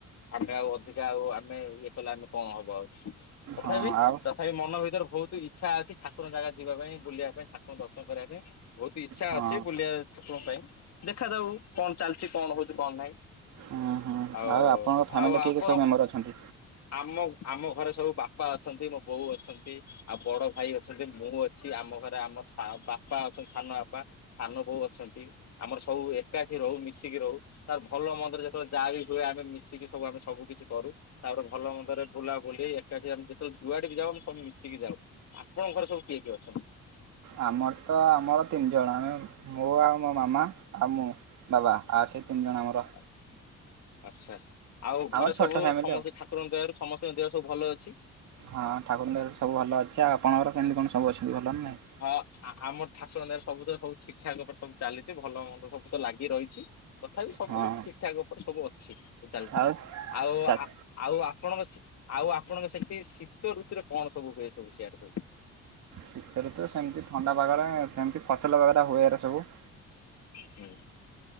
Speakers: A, on the left; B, on the right.
A: ଆମେ ଆଉ ଅଧିକା ଆଉ ଆମେ ଇଏ କଲେ ଆମେ କଣ ହବ ଆଉ। ତଥାପି
B: ହଁ ଆ
A: ତଥାପି ମନ ଭିତରେ ବହୁତୁ ଇଚ୍ଛା ଅଛି ଠାକୁରଙ୍କ ଜାଗା ଯିବା ପାଇଁ ବୁଲିବା ପାଇଁ ଠାକୁରଙ୍କ ଦର୍ଶନ କରିବା ପାଇଁ ବହୁତ୍ ଇଚ୍ଛା
B: ହଁ।
A: ଅଛି ବୁଲିବା ଠାକୁରଙ୍କ ପାଇଁ ଦେଖାଯାଉ କଣ ଚାଲିଚି କଣ ହଉଚି କଣ ନାହିଁ
B: ହୁଁ ହୁଁ
A: ଆଉ
B: ଆପଣଙ୍କ ଫ୍ୟାମିଲିରେ
A: ଆଉ
B: କିଏ
A: ଆପଣ
B: କିଏ ସବୁ ମେମ୍ବର ଅଛନ୍ତି?
A: ଆମ ଆମ ଘରେ ସବୁ ବାପା ଅଛନ୍ତି ମୋ ବୋଉ ଅଛନ୍ତି। ଆଉ ବଡ଼ ଭାଇ ଅଛନ୍ତି ମୁଁ ଅଛି ଆମ ଘରେ ଆମ ସା ବାପା ଅଛନ୍ତି ସାନ ବାପା ସାନ ବୋଉ ଅଛନ୍ତି ଆମର ସବୁ ଏକାଠି ରହୁ ମିଶିକି ରହୁ। ତାର ଭଲ ମନ୍ଦରେ ଯେତେବେଳେ ଯାହା ବି ହୁଏ ଆମେ ମିଶିକି ସବୁ ଆମେ ସବୁ କିଛି କରୁ। ତାପରେ ଭଲ ମନ୍ଦରେ ବୁଲାବୁଲି ଏକାଠି ଆମେ ଯେତେଳେ ଯୁଆଡେ ବି ଯାଉ ସବୁ ମିଶିକି ଯାଉ। ଆପଣଙ୍କର ସବୁ କିଏ କିଏ ଅଛନ୍ତି?
B: ଆମର ତ ଆମର ତିନି ଜଣ ଆମେ ମୁଁ ଆଉ ମୋ ମାମା ଆଉ ମୁଁ। ବାବା ଆ ସେଇ ତିନି ଜଣ ଆମର
A: ଆଚ୍ଛା ଆଚ୍ଛା ଆଚ୍ଛା ଆଉ
B: ଆମର
A: ଘରେ
B: ଛୋଟ
A: ସବୁ
B: ଫ୍ୟାମିଲି
A: ସମସ୍ତେ
B: ଆଉ।
A: ଖା କୁର ଙ୍କ ଦୟାରୁ ସମସ୍ତିଙ୍କୁ ଦେହ ସବୁ ଭଲ ଅଛି।
B: ହଁ ଠାକୁରଙ୍କ ଦୟାରୁ ସବୁ ଭଲ ଅଛି ଆ ଆପଣଙ୍କର କେମିତି କଣ ସବୁ ଅଛନ୍ତି ଭଲ ନା ନାହିଁ?
A: ହଁ ଆ ଆମର ଠାକୁରଙ୍କ ଦୟାରୁ ସବୁ ତ ସବୁ ଠିକ୍ ଠାକ ଉପରେ ସବୁ ଚାଲିଚି ଭଲ ମନ୍ଦ ସବୁ ତ ଲାଗି ରହିଚି। ତଥାପି ସବୁ
B: ହଁ
A: ଠିକ୍ ଠାକ ଉପରେ ସବୁ ଅଛି ଚାଲିଚି
B: ଆଉ
A: ଆଉ
B: ଚାଷ
A: ଆ ଆଉ ଆପଣଙ୍କ ସ୍ ଆଉ ଆପଣଙ୍କ ସେଠି ଶୀତ ଋତୁରେ କଣ ସବୁ ହୁଏ ସବୁ ସିଆଡେ ସବୁ?
B: ଶୀତଋତୁରେ ସେମିତି ଥଣ୍ଡା ପାଗରେ ସେମିତି ଫସଲ ବାଗଟା ହୁଏ ଏରା ସବୁ।
A: ହୁଁ